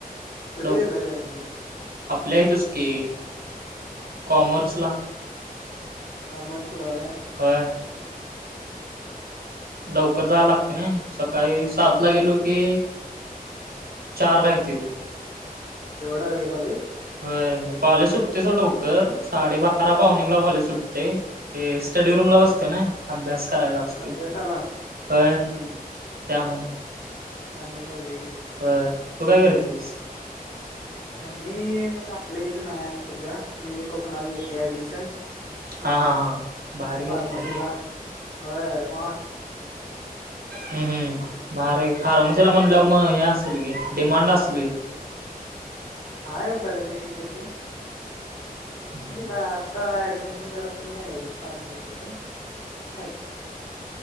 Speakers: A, on the left (about 50°); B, on the right (about 80°).
A: कुठे
B: लव
A: घेतलायस ऍडमिशन?
B: आपल्या येतच की. कॉमर्स ला.
A: काँमरसला व्हय.
B: होय लवकर जाव लागते ना, सकाळी सात
A: होय
B: ला गेलो की चार ला येतोय बघ.
A: एवढा वेळ कॉलेज?
B: म्हणजे कॉलेज सुटते, सोड लवकर, साडेबारा पाहुणे
A: हा
B: एकला कॉलेज सुटते. ते स्टडी रूम ला बसते ना अभ्यास- करायचा असतोय
A: अभ्यासला?
B: होय
A: हम्म.
B: त्यामुळं
A: चांगलं चाललंय की.?
B: होय तू काय करतेस?
A: मी आपल्या इथं नाही, सध्या मी कोकणात घेतली ऍडमिशन.
B: हा हा हा बाहेर घेतलाय
A: फार्मसी
B: व्हय
A: ला. होय होय म
B: हम्. हम्. भार की, फार्मसीला
A: असं
B: म्हटल्यावर मग हे असल की, डिमांड अस <unintelligible> <inaudible>
A: हाय बर्यापैकी तशी,
B: हम्म
A: म्हणजे काय आता ऍडमिशन क फ्स पण <unintelligible>